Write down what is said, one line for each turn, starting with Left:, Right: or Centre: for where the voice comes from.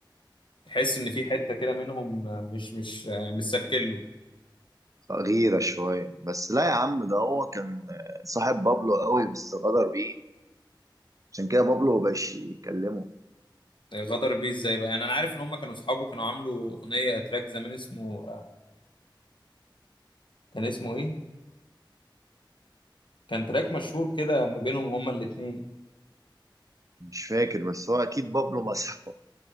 Left: تحس ان في حتة كده منهم مش مش مش سالكله
Right: غيرة شوية بس لا يا عم ده هو كان صاحب بابلو قوي بس غدر بيه عشان كده بابلو مبقاش يكلمه
Left: غدر بيه ازاي بقى يعني انا عارف ان هم كانوا اصحابه كانوا عاملوا اغنية تراك زمان اسمه كان اسمه ايه كان تراك مشهور كده ما بينهم هما الاتنين
Right: مش فاكر بس هو أكيد بابلو مسحه